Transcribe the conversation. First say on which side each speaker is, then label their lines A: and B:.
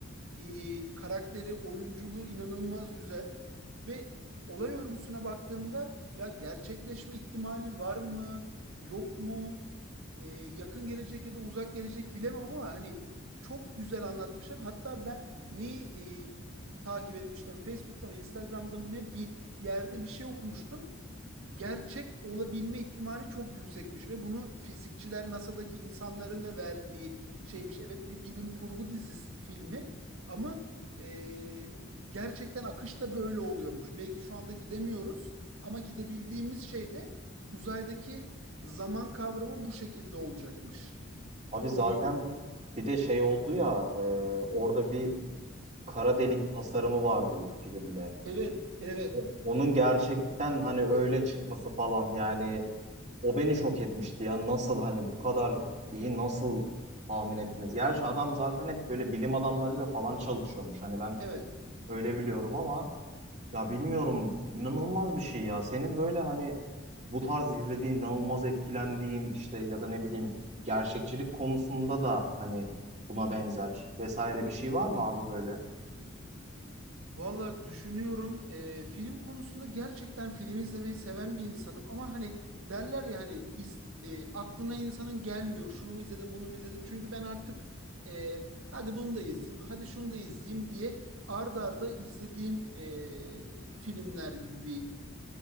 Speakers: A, on the right; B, on the right.
A: e, karakteri, oyunculuğu inanılmaz güzel. Ve olay örgüsüne baktığımda ya gerçekleşme ihtimali var mı, yok mu? E, yakın gelecek ya da uzak gelecek bilemem ama hani çok güzel anlatmışlar. Hatta ben neyi e, takip etmiştim? Facebook'ta mı, Instagram'da mı ne bir yerde bir şey okumuştum. Gerçek olabilme ihtimali çok yüksekmiş ve bunu fizikçiler NASA'daki insanların da verdiği şeymiş. Evet bir bilim kurgu dizisi filmi ama e, gerçekten akış da böyle oluyormuş. Belki şu anda gidemiyoruz ama gidebildiğimiz şey de uzaydaki zaman kavramı bu şekilde olacakmış.
B: Abi zaten
A: Oluyor.
B: bir de şey oldu ya e, orada bir kara delik tasarımı vardı filmde.
A: Evet, evet,
B: O- onun gerçekten hani öyle çıkması falan yani o beni şok etmişti ya. Nasıl hani bu kadar iyi nasıl tahmin ettiniz? Gerçi adam zaten hep böyle bilim adamlarıyla falan çalışıyormuş. Hani ben
A: evet.
B: öyle biliyorum ama Ya bilmiyorum inanılmaz bir şey ya. Senin böyle hani bu tarz izlediğin, inanılmaz etkilendiğin işte ya da ne bileyim gerçekçilik konusunda da hani buna benzer vesaire bir şey var mı abi böyle?
A: Valla düşünüyorum e, film konusunda gerçekten film izlemeyi seven bir insanım ama hani derler ya hani iz, e, aklına insanın gelmiyor şunu mu izledim bunu mu izledim çünkü ben artık e, hadi bunu da izleyeyim hadi şunu da izleyeyim diye arda arda izlediğim e, filmler gibi bir